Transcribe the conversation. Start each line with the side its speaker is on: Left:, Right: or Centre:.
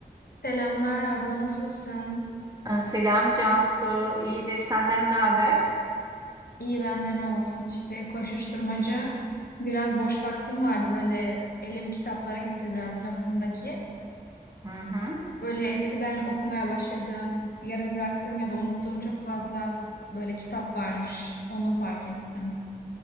Left: Selamlar abla nasılsın?
Right: Ee, Selam Cansu, iyidir. Senden ne haber?
Left: İyi bende ne olsun işte koşuşturmaca. Biraz boş vaktim vardı böyle elim kitaplara gitti biraz rafımdaki.
Right: Hı hı.
Left: Böyle eskiden okumaya başladığım, yarım bıraktığım ya da unuttuğum çok fazla böyle kitap varmış. Onu fark ettim.